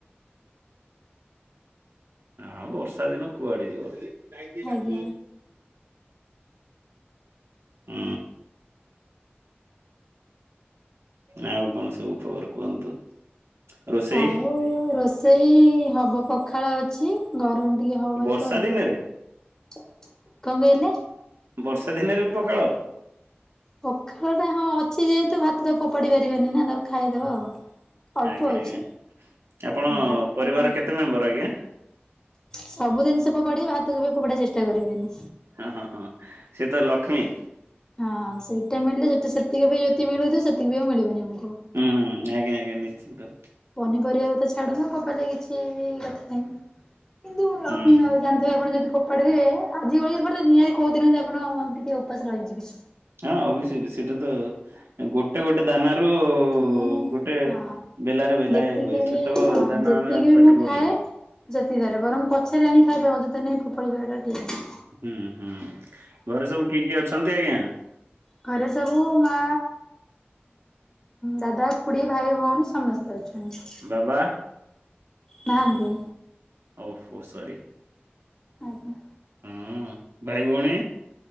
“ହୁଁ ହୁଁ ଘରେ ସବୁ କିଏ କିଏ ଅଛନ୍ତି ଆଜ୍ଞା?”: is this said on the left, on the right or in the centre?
Right